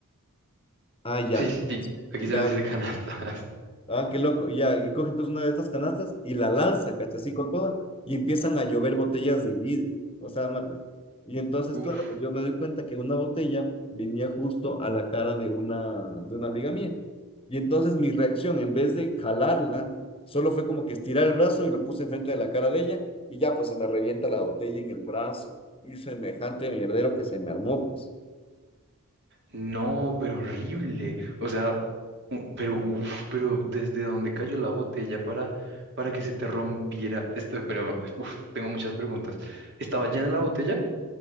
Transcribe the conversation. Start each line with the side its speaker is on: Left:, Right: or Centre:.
Left: Ah, ya,
Right: Sí, sí, sí. aquí
Left: Ya,
Right: se les dice canastas.
Left: ah, qué loco. Ya, y coge entonces una de estas canastas y la lanza, ¿cachai? Así con toda. Y empiezan a llover botellas de vidrio, o sea, Matla. Y entonces,
Right: <laughs> Uf,
Left: claro, pues yo me doy cuenta que una botella venía justo a la cara de una, de una amiga mía. Y entonces mi reacción, en vez de jalarla, solo fue como que estirar el brazo y lo puse enfrente de la cara de ella. Y ya, pues se me revienta la botella en el brazo. Y semejante mierdero que se me armó, pues.
Right: no, pero horrible. O sea, u- pero uf, pero desde donde cayó la botella para, para que se te rompiera. Esto, pero uf, tengo muchas preguntas. ¿Estaba llena la botella?